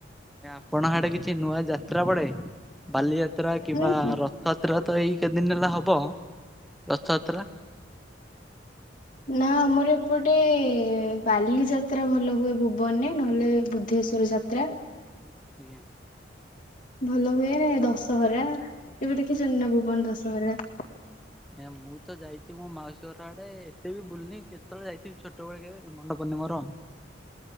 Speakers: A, in the centre; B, on the left (about 45°).
A: ଆପଣ ଆଡେ଼ କିଛି ନୂଆ ଯାତ୍ରା ପଡ଼େ ବାଲିଯାତ୍ରା କିମ୍ବା
B: ହୁଁ ହୁଁ
A: ରଥ ଯାତ୍ରା ତ ଏଇ କେତେ ଦିନ ହେଲା ହବ ରଥଯାତ୍ରା।
B: ନା ଆମର ଏପଟେ ବାଲି ଯାତ୍ରା ଭଲ ହୁଏ ଭୁବନରେ ନହେଲେ ବ ବୁଦ୍ଦେଶ୍ୱର ଯାତ୍ରା।
A: ଆଜ୍ଞା।
B: ଭଲ ହୁଏ ଦଶହରା, କେବେ ଦେଖିଛନ୍ତି ନା ଭୁବନ ଦଶହରା?
A: ଏ ମୁଁ ତ ଯାଇଛି ମୋ ମାଉସୀ ଘର ଆଡେ଼, ଏତେ ବି ବୁଲନି କେତେବେଳେ ଯାଇଥିଲି। ଛୋଟବେଳେ କେବେ ମନେ ପଡୁନି ମୋର।